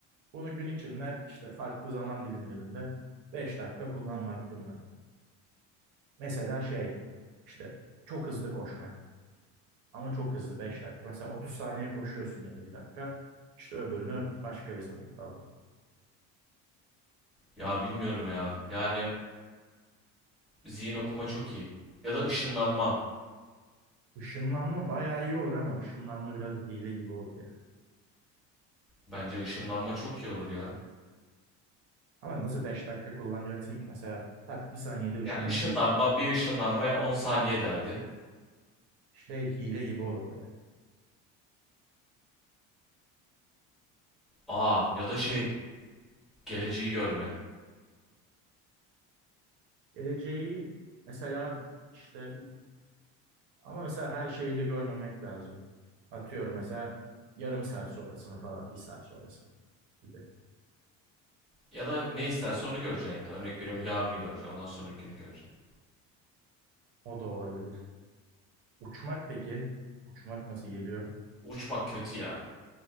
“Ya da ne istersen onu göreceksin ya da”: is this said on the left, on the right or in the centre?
Centre